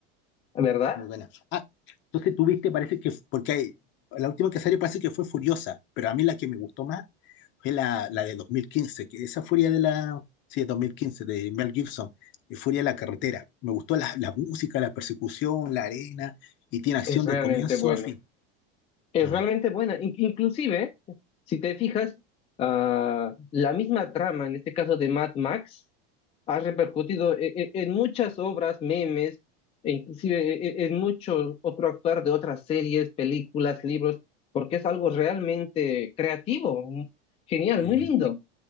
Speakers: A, on the left (about 20°); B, on the left (about 40°).
A: ¿verdad?
B: Muy buena. Ah, entonces tuviste, parece que, porque hay- la última que salió parece que fue Furiosa, pero a mí la que me gustó más fue la, la de 2015, que esa Furia de la, sí, de 2015, de Mel Gibson, de Furia de la Carretera. Me gustó la, la música, la persecución, la arena, y tiene acción
A: Es realmente
B: de comienzo
A: bueno.
B: a fin.
A: Es
B: Mm,
A: realmente buena. In- inclusive, si te fijas, ah, la misma trama, en este caso de Mad Max, ha repercutido e- e- en, muchas obras, memes, e inclusive e- e- en mucho otro actuar de otras series, películas, libros, porque es algo realmente creativo, m- genial,
B: mm.
A: muy lindo.